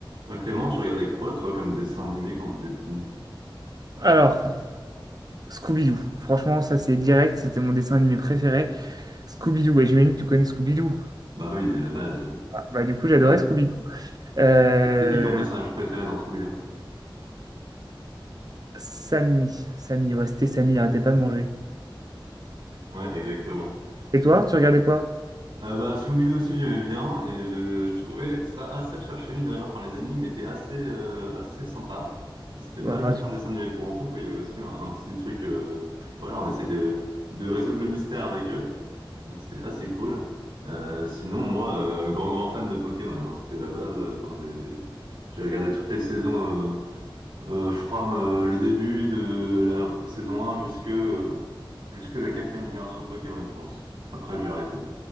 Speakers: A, on the right; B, on the right.
A: Ah, Clément, tu regardais quoi, toi, comme dessin animé quand t'étais petit?
B: Alors, Scooby-Doo. Franchement, ça c'est direct, c'était mon dessin animé préféré. Scooby-Doo, bah, j'imagine que tu connais Scooby-Doo.
A: Bah oui, la base.
B: Ah, Bah, du coup, j'adorais
A: Et
B: Scooby-Doo. Euh,
A: c'est qui ton personnage préféré dans Scooby-Doo?
B: Samy, Samy, ouais, c'était Samy, il arrêtait pas de manger.
A: Ouais, exactement.
B: Et toi,
A: Et puis-
B: tu regardais quoi?
A: Euh, bah, Scooby-Doo aussi, j'aimais bien et je, je trouvais ça assez recherché, mine de rien. Enfin, les énigmes étaient assez, euh, assez sympas. C'était pas
B: Bon, Enfin,
A: juste
B: tu-
A: un dessin animé pour enfants, quoi. Il y avait aussi un, un petit truc. euh, voilà, on essaye de, de résoudre le mystère avec eux. Donc, c'était assez cool. Euh, sinon, moi, euh, grand, grand fan de Pokémon. hein. C'était la base. Enfin, j'ai, j'ai regardé toutes les saisons. euh, Euh, from euh, le début de la saison 1 jusque, euh, jusque la quatrième génération de Pokémon, je pense. Après, j'ai arrêté.